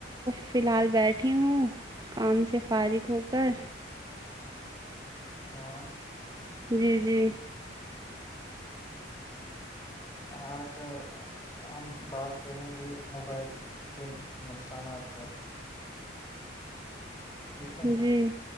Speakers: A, on the right; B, on the left.
A: فی الحال بیٹھی ہوں کام سے فارغ ہو کر
B: ہاں
A: جی جی
B: ہاںھ ہم بات کریں گے موبائل کے نقصانات پر ٹھیک ہے
A: جی